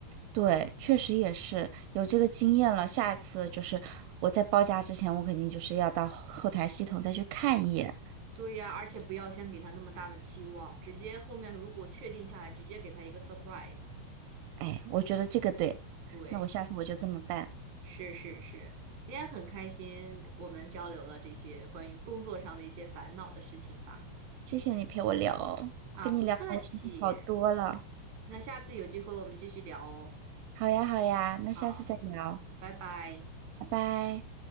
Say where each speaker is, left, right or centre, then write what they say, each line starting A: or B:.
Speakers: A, on the right; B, on the right.
A: 对，确实也是有这个经验了，下次就是我在报价之前，我肯定就是要到后后台系统再去看一眼。
B: 对呀，而且不要先给他那么大的期望，直接后面如果确定下来，直接给他一个 surprise。
A: 哎，我觉得这个对，
B: 对，
A: 那我下次我就这么办。
B: 是是是，今天很开心，我们交流了这些关于工作上的一些烦恼的事情吧。
A: 谢谢你陪我聊哦跟你聊我心情好多了。
B: 啊，不客气。那下次有机会我们继续聊哦。
A: 好呀，好呀，那下次再聊，
B: 啊。拜拜。
A: 拜拜。